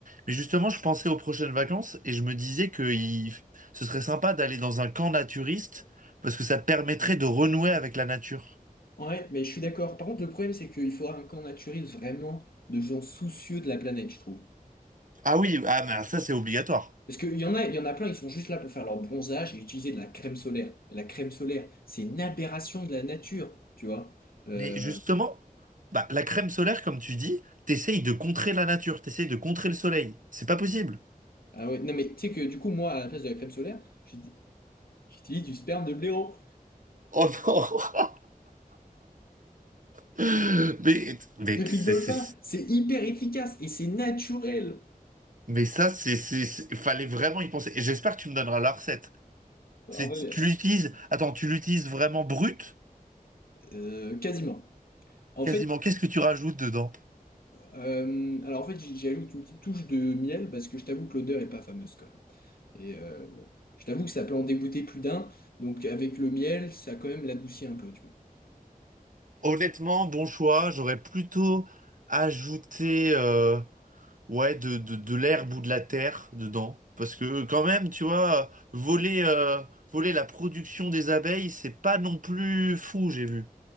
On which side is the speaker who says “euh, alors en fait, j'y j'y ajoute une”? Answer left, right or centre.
Left